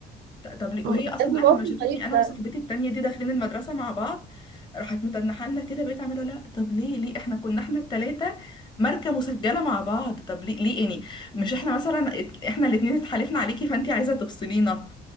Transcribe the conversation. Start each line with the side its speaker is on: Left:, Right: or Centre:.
Left: ط- طب ليه
Right: بجد
Left: وهي اصلا بقى
Right: موقف
Left: لما شافتني
Right: غريب
Left: انا
Right: فعلا
Left: وصاحبتي التانية دي داخلين المدرسه مع بعض راحت متنحه لنا كده بقيت عماله اقول لها طب ليه ليه احنا كنا احنا التلاته ماركه مسجله مع بعض طب ليه ليه يعني مش احنا مثلا ات- احنا الاتنين اتحالفنا عليكي فانتي عايزه تفصلينا